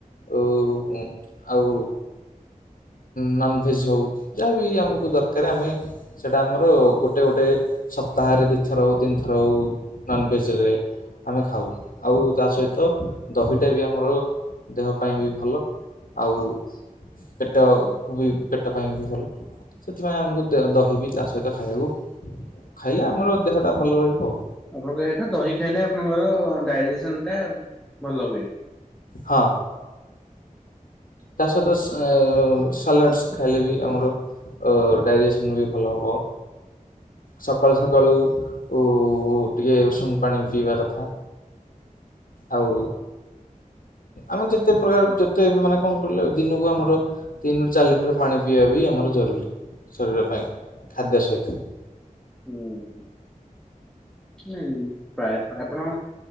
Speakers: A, on the left; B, in the centre.
A: ଓ ଉଁ ଆଉ ନନଭେଜ ହଉ ଯାହାବି ଆମକୁ ଦରକାରେ ଆମେ ସେଇଟା ଆମର ଗୋଟେ ଗୋଟେ ସପ୍ତାହରେ ଦୁଇଥର ହଉ ତିନି ଥର ହଉ ନନଭେଜରେ ଆମେ ଖାଉ ଆଉ ତା ସହିତ ଦହିଟା ବି ଆମର ଦେହ ପାଇଁ ବି ଭଲ ଆଉ ପେଟ କୁ ବି ପେଟ ପାଇଁ ବି ଭଲ। ସେଥିପାଇଁ ଆମକୁ ଦେ ଦହିବି ତା ସହିତ ଖାଇବାକୁ ଖାଇଲେ ଆମର ଦେହଟା ଭଲ ରହିବ ଆଉ।
B: ମୁଁ କଣ କହିବା କଥା ଦହି ଖାଇଲେ ଆପଣଙ୍କର ଡାଇଜେସନ ଟା ଭଲ ହୁଏ।
A: ହଁ ତା ସ ସାଲାଡ଼ସ୍ ଖାଇଲେ ବି ଆମର ଡାଇଜେସନ୍ ବି ଭଲ ହେବ। ସକାଳୁ ସକାଳୁ ଉ ଟିକେ ଉଷୁମୁ ପାଣି ପିଇବା କଥା। ଆଉ
B: ହ <inaudible>
A: ଆମେ ଯେତେ ପ୍ରକାର ଯେତେ ମାନେ କଣ କିହିଲେ ଦିନକୁ ଆମର ତିନିରୁ ଚାରି ଲିଟର ପାଣି ପିଇବା ବି ଆମର ଜରୁରୀ ଶରୀର ପାଇଁ ଖାଦ୍ୟ ସହିତ।
B: ହୁଁ। ନାଇଁ ପ୍ରାୟତ ଆପଣ